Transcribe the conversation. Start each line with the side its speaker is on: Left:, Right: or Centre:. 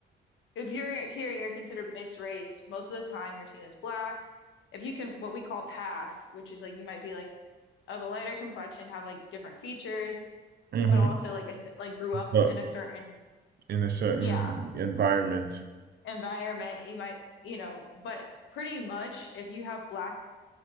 Left: if you're here and you're considered mixed race, most of the time you're seen as black. If you can, what we call pass, which is like you might be like of a lighter complexion, have like different features,
Right: hmm
Left: but also like a like grew up
Right: but
Left: in a certain
Right: in a certain
Left: yeah
Right: environment.
Left: environment. You might you know, but pretty much if you have black,